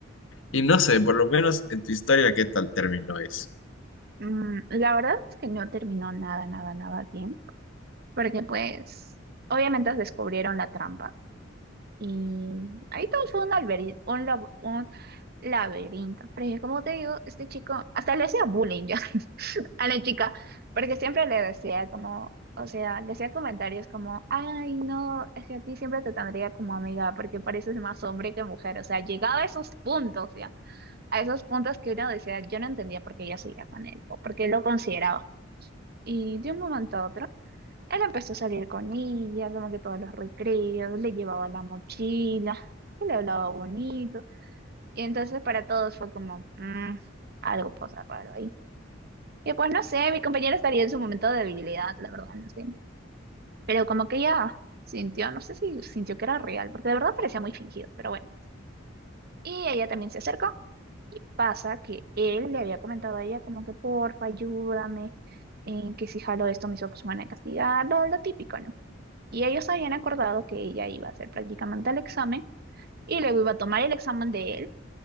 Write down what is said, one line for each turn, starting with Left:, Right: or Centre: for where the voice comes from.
Left: Y no sé, por lo menos en tu historia, ¿qué tal terminó eso?
Right: Mm, La verdad es que no terminó nada, nada, nada bien, porque pues obviamente descubrieron la trampa y ahí todo fue un, alberi- un, lab- un laberinto. Pero yo, como te digo, este chico hasta le hacía bullying ya. a la chica, porque siempre le decía como, o sea, le hacía comentarios como, ay, no, es que a ti siempre te tendría como amiga, porque pareces más hombre que mujer, o sea, llegaba a esos puntos ya, a esos puntos que uno decía, yo no entendía por qué ella seguía con él, o por qué lo consideraba. Y de un momento a otro, él empezó a salir con ella, como que todos los recreos, le llevaba la mochila, y le hablaba bonito, y entonces para todos fue como, "Mm, algo pasa raro ahí y pues no sé, mi compañera estaría en su momento de debilidad, la verdad, no sé. Pero como que ella sintió, no sé si sintió que era real, porque de verdad parecía muy fingido, pero bueno. Y ella también se acercó y pasa que él le había comentado a ella como que porfa, ayúdame, eh, que si jalo esto mis papás me van a castigar, lo, lo típico, ¿no? Y ellos habían acordado que ella iba a hacer prácticamente el examen y luego iba a tomar el examen de él